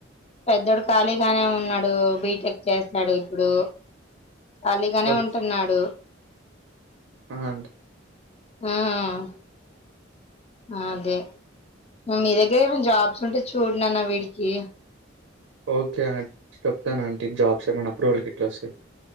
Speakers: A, on the left; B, on the right.
A: పెదోడు ఖాళీగానే ఉన్నాడు బీటెక్ చేస్తాడు ఇప్పుడు ఖాళీగానే
B: ఓకే.
A: ఉంటున్నాడు
B: ఆ! అండి.
A: మ్మ్ అదే మీ దగ్గర ఏమైనా జాబ్స్ ఉంటే చూడునానా వీడికి
B: ఓకే అ చెప్తాను ఆంటీ జాబ్స్ ఏమైనా అప్రూ్ అ అట్లా వస్తే